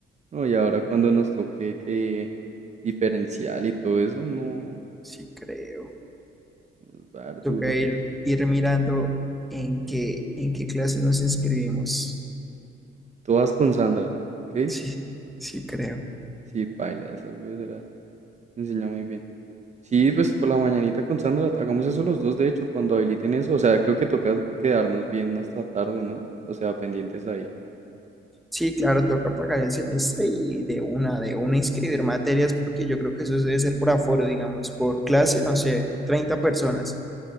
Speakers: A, on the right (about 35°); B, in the centre.
A: No, y ahora cuando nos toque que diferencial y todo eso, no,
B: sí creo.
A: nos va a dar
B: Toca
A: duro.
B: ir, ir mirando en qué, en qué clases nos inscribimos.
A: Todas con Sandra, ¿ok?
B: Sí, sí creo.
A: Sí, paila, esa profesora enseña muy bien. Sí, pues por la mañanita con Sandra, hagamos eso los dos, de hecho, cuando habiliten eso. O sea, creo que toca quedarnos bien hasta tarde, ¿no? O sea, pendientes ahí.
B: Sí, claro, toca pagar el semestre y de una, de una inscribir materias, porque yo creo que eso debe ser por aforo, digamos, por clase, no sé, 30 personas.